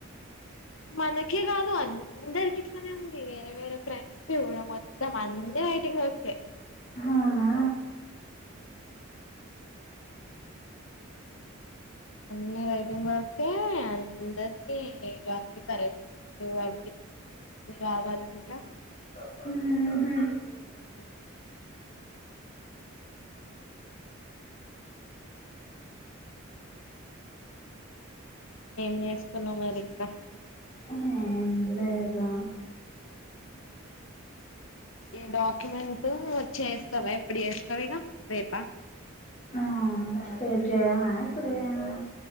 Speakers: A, on the left; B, on the left.
A: మనకి కా అందరికి ఇట్లానే ఉంది వేరే వేరే ఫ్రెండ్స్ చడం మొత్తం అంద టింగ్ వస్తే
B: అవునా
A: అన్ని రైటింగ్ వర్క్సే అందరికి ఇన్ని కరెక్షన్స్ సో అ కావాల ఏట
B: హ
A: హ ఏం చేస్తుకున్నాం మరి ఇంకా
B: ఏం లేదు
A: ఈ డాక్యుమెంట్ వచ్చస్తావా ఎప్పుడు చేస్తావగా రేపా
B: ఆ చేయనా ఇప్పుడయనా